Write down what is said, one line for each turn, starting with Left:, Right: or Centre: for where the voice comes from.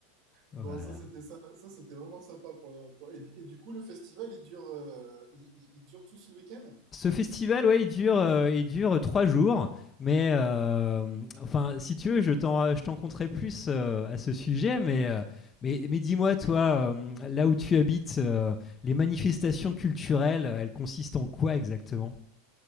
Left: Voilà.
Right: bon, ça c'était ça, ça c'était vraiment sympa pour, le- pour- et, et du coup, le festival, il dure, euh, il, il- il dure tout ce week-end?
Left: Ce festival, ouais, il dure, euh, il dure trois jours, mais euh, enfin, si tu veux, je t'en, je t'en conterai plus euh, à ce sujet, mais, euh, mais, mais dis-moi, toi, euh, là où tu habites, euh, les manifestations culturelles, elles consistent en quoi exactement?